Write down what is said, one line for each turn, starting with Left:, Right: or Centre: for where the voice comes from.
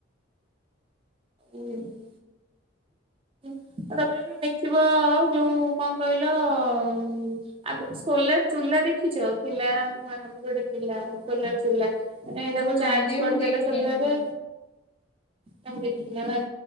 Right: ଉଁ। ଆଉ ତାପରେ ବି ଦେଖିବ ଯୋଉ କଣ କହିଲ ଉଁ ଆଗରୁ ସୋଲାର ଚୁଲା ଦେଖିଛ ଥିଲା ଆମର ଗୋଟେ ଚୁଲା ସୋଲାର ଚୁଲା। ମାନେ ଏଇଟାକୁ
Left: ନାଇଁରେ
Right: ଚାର୍ଜ କରିଦେଲେ
Left: ମୁଁ ଦେଖେନି
Right: ସୋଲାରରେ ତାଙ୍କୁ ଦେଖିଲା